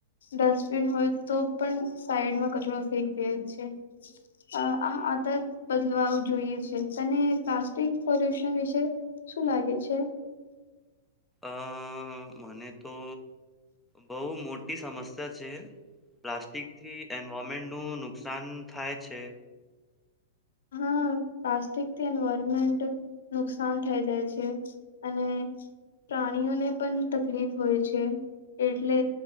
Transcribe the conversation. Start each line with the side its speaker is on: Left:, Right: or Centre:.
Left: ડસ્ટબિન હોય તો પણ સાઈડમાં કચરો ફેંકે છે. અ
Centre: હમ
Left: આ આત બદલાવાવું જોઈએ છે. તને પ્લાસ્ટિક પોલ્યુશન વિશે શું લાગે છે?
Centre: અ મને તો બહુ મોટી સમસ ત છે પ્લાસ્ટિક થી એન્વોમેન્ટ નું નુકસાન થાય છે.
Left: હા પ્લાસ્ટિક થી એન્વાયરમેન્ટ નુકસાન થાઈ જાય છે. અને પ્રાણીઓને પણ તકલીફ હોય છે. એટલે